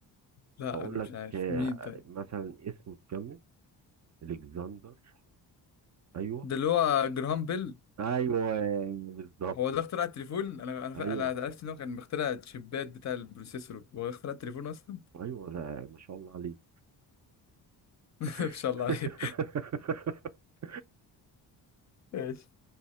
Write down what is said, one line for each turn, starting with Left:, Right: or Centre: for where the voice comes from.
Left: لا
Right: بقول
Left: انا مش
Right: لك
Left: عارف
Right: آه،
Left: مين طيب
Right: مثلا اسمه تكمل الكسندر ايوه
Left: ده اللي هو جراهام بيل
Right: ايوه بالظبط
Left: هو ده اخترع التليفون انا انا فا-
Right: ايوه
Left: انا عرفت ان هو كان مخترع الشيبات بتاع البروسيسور هو ده اخترع التليفون اصلا
Right: ايوه لا ما شاء الله عليك
Left: <laughs> ما
Right: <laughs>
Left: شاء الله عليه <laughs> ماشي